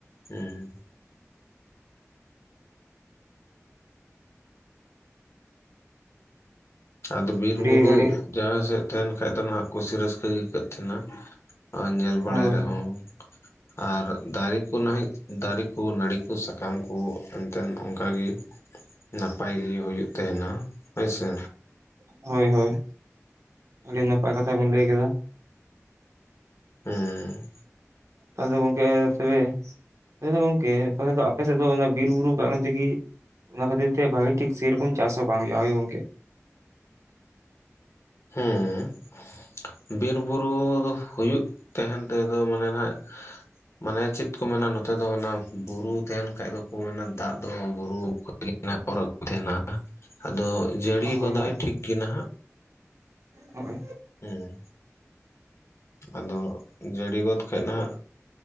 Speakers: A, on the left; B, on the right.
A: ᱦᱮᱸ ᱟᱫᱚ ᱵᱤᱨ
B: ᱟᱹᱰᱤ
A: ᱵᱩᱨᱩ
B: ᱟᱹᱰᱤ
A: ᱡᱟᱦᱟᱸ ᱥᱮᱫ ᱛᱟᱦᱮᱸᱱ ᱠᱷᱟᱡ ᱫᱚ ᱱᱟᱦᱟᱜ ᱠᱩᱥᱤ ᱨᱟᱹᱥᱠᱟᱹ ᱜᱮ ᱟᱹᱭᱠᱟᱹᱜ ᱛᱟᱦᱮᱸᱱᱟ ᱾ ᱟᱨ ᱧᱮᱞ ᱵᱟᱲᱟᱭ
B: ᱦᱳᱭ
A: ᱨᱮ ᱦᱚᱸ ᱾ ᱟᱨ ᱫᱟᱨᱮ ᱠᱚ ᱱᱟᱦ ᱫᱟᱨᱮ ᱠᱚ ᱱᱟᱹᱲᱤ ᱠᱚ ᱥᱟᱠᱟᱢ ᱠᱚ ᱮᱱᱛᱮᱫ ᱚᱝᱠᱟ ᱜᱮ ᱱᱟᱯᱟᱭ ᱜᱮ ᱦᱩᱭᱩᱜ ᱛᱟᱦᱮᱸᱱᱟ ᱦᱮᱭ ᱥᱮ
B: ᱦᱳᱭ ᱦᱳᱭ ᱟᱹᱰᱤ ᱱᱟᱯᱟᱭ ᱠᱟᱛᱷᱟ ᱵᱤᱱ ᱞᱟᱹᱭ ᱠᱮᱫᱟ
A: ᱦᱩᱸ
B: ᱟᱫᱚ ᱜᱚᱝᱠᱮ ᱛᱚᱵᱮ ᱛᱟᱦᱚᱞᱮ ᱜᱚᱝᱠᱮ ᱯᱟᱞᱮ ᱟᱯᱮ ᱥᱮᱫ ᱫᱚ ᱵᱤᱨᱼ ᱵᱩᱨᱩ ᱠᱟᱨᱚᱱ ᱛᱮ ᱜᱮ ᱚᱱᱟ ᱠᱷᱟᱹᱛᱤᱨ ᱛᱮ ᱵᱷᱟᱹᱜᱤ ᱴᱷᱤᱠ ᱥᱮᱭᱨᱚᱠᱚᱢ ᱪᱟᱥ ᱵᱟᱝ ᱦᱩᱭᱩᱜ-ᱟ ᱦᱚᱭ ᱜᱚᱝᱠᱮ
A: ᱦᱮᱸ ᱵᱤᱨᱼᱵᱩᱨᱩ ᱫᱚ ᱦᱩᱭᱩᱜ ᱛᱟᱦᱮᱸᱱ ᱛᱮᱫᱚ ᱢᱟᱱᱮ ᱱᱟᱭ ᱢᱟᱱᱮ ᱪᱮᱫ ᱠᱚ ᱢᱮᱱᱟ ᱱᱚᱛᱮ ᱫᱚ ᱚᱱᱟ ᱵᱩᱨᱩ ᱛᱟᱦᱮᱸᱱ ᱠᱷᱟᱡ ᱫᱚ ᱠᱚ ᱢᱮᱱᱟ ᱫᱟᱜ ᱫᱚ ᱵᱩᱨᱩ ᱚᱨ ᱛᱟᱦᱮᱸᱱᱟ ᱟᱫᱚ ᱡᱟᱹᱲᱤ
B: ᱦᱳᱭ
A: ᱜᱚᱫᱟᱭ
B: ᱦᱳᱭ
A: ᱴᱷᱤᱠ ᱜᱮ ᱱᱟᱦᱟᱜ <inaudible>
B: ᱦᱳ
A: ᱦᱮᱸ ᱟᱫᱚ ᱡᱟᱹᱲᱤ ᱜᱚᱫ ᱠᱷᱚᱡ ᱱᱟᱜ